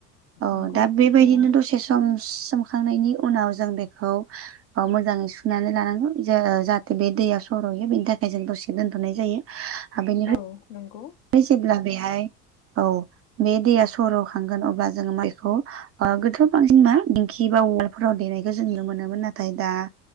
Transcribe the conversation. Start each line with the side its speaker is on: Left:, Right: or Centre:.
Right: औ
Left: नंगौ
Right: दा बेबायदिनो
Left: थारैनो
Right: दसे सम सोमखांनायनि उनाव जों बेखौ मोजाङै सुनानै लानांगौ ज जाहाथे बे दैया सर'हयो बेनि थाखाय जों दसे दोनथ'नाय जायो ओमफाय नों
Left: औ नंगौ
Right: फ्राय जेब्ला बेहाय औ बे दैया सर' खांगोन अब्ला जोङो माइखौ गोथो' बांसिन मा दिंखि बा उवालफोराव देनायखौ जों नुनो मोनोमोन नाथाय दा